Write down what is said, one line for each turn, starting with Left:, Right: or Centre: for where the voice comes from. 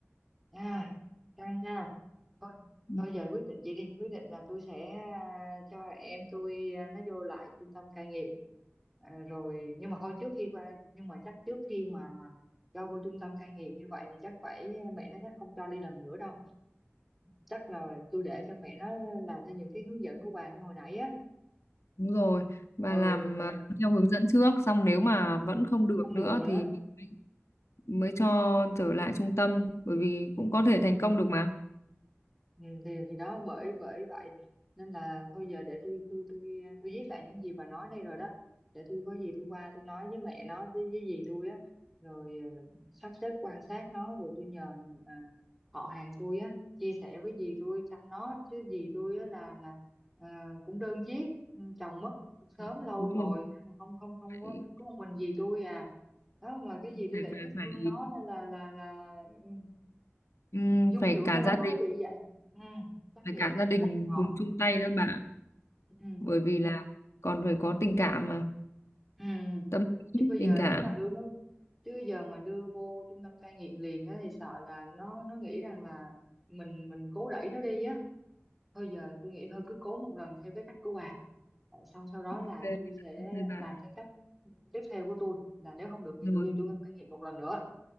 Centre: à căng nha thôi
Left: Ừ,
Centre: thôi giờ quyết định vậy đi quyết định là tôi sẽ à, cho em tôi à, nó vô lại trung tâm cai nghiện À, rồi nhưng mà thôi trước khi qua nhưng mà chắc trước khi mà mà cho vô trung tâm cai nghiện như vậy thì chắc phải mẹ nó chắc không cho đi lần nữa đâu chắc là tôi để cho mẹ nó làm theo những cái hướng dẫn của bà như hồi nãy á
Left: đúng rồi và
Centre: ừ
Left: làm
Centre: rồi
Left: ờ, theo hướng dẫn trước xong nếu mà
Centre: ừ
Left: vẫn không được
Centre: không
Left: nữa
Centre: được nữa
Left: thì mình mới, mới cho trở lại trung tâm bởi vì
Centre: ừ
Left: cũng có thể thành công được mà
Centre: Ừ, thì thì đó bởi bởi vậy nên là thôi giờ để tôi tôi tôi tôi viết lại những gì bà nói đây rồi đó để tôi có gì tôi qua tôi nói với mẹ nó với với dì tôi á rồi ờ, sắp xếp quan sát nó rồi tôi nhờ à, họ hàng tôi á chia sẻ với dì tôi chăm nó chứ dì tôi á là là ờ, cũng đơn chiếc ừ, chồng mất sớm
Left: Ừ,
Centre: lâu
Left: đúng
Centre: rồi
Left: rồi
Centre: nên là không không không
Left: phải
Centre: có có một mình dì tôi à đó mà cái gì
Left: phải
Centre: tôi lại
Left: phải,
Centre: cứ thương
Left: phải
Centre: nó nên là là là ừ,
Left: Ừm,
Centre: dung
Left: phải
Centre: dưỡng
Left: cả
Centre: cho nó
Left: gia
Centre: nó
Left: đình
Centre: mới bị vậy ừ chắc
Left: phải
Centre: vậy
Left: cả
Centre: phải
Left: gia
Centre: nhờ
Left: đình
Centre: dòng họ
Left: cùng chung tay đó bà
Centre: ừ.
Left: bởi vì là còn phải có tình cảm mà
Centre: ừ
Left: tâm lý
Centre: chứ bây
Left: tình
Centre: giờ
Left: cảm
Centre: nếu mà đưa nó chứ giờ mà đưa vô trung tâm cai nghiện liền á thì sợ là nó nó nghĩ rằng là mình mình cố đẩy nó đi á thôi giờ tôi nghĩ thôi cứ cố một lần theo cái cách của bà Rồi xong sau đó là
Left: ok
Centre: tôi sẽ
Left: ok bà
Centre: làm theo cách tiếp theo của tôi là nếu không được thì
Left: rồi
Centre: đưa
Left: rồi
Centre: vô trung tâm cai nghiện một lần nữa